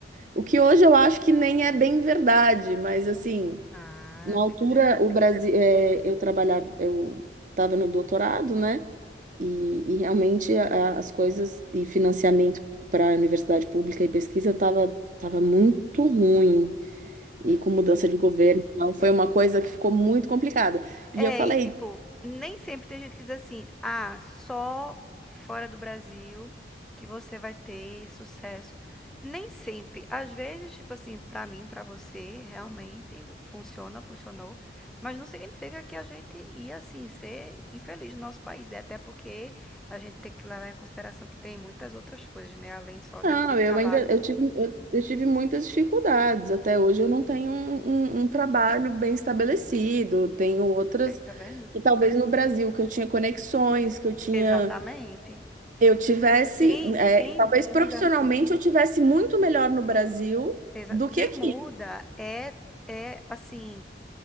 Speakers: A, on the right; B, in the centre.
A: O que hoje eu acho que nem é bem verdade, mas assim,
B: Ah,
A: na altura
B: tô entendendo.
A: o Brasil, é, eu trabalhava, eu estava no doutorado, né? E, e realmente a- a- as coisas e financiamento para a universidade pública e pesquisa estava tava tava muito ruim e com mudança de governo, então foi uma coisa que ficou muito complicada. E
B: É,
A: eu falei,
B: e tipo, nem sempre tem gente que diz assim, ah, só fora do Brasil que você vai ter sucesso. Nem sempre. Às vezes, tipo assim, pra mim, pra você, realmente funciona, funcionou. Mas não significa que a gente ia, assim, ser infeliz no nosso país, né? Até porque a gente tem que levar em consideração que tem muitas outras coisas, né? Além só de,
A: não,
B: de trabalho.
A: eu ainda eu tive, eu, eu tive muitas dificuldades. Até hoje eu não tenho um, um- um trabalho bem estabelecido, tenho outras.
B: Olha aí, tá vendo?
A: E talvez no Brasil, que eu tinha conexões, que eu tinha.
B: Exatamente.
A: Eu tivesse.
B: Quem,
A: é,
B: quem
A: talvez
B: muda.
A: profissionalmente eu tivesse muito melhor no Brasil
B: Exa-
A: do que
B: Quem
A: aqui.
B: muda é, é assim,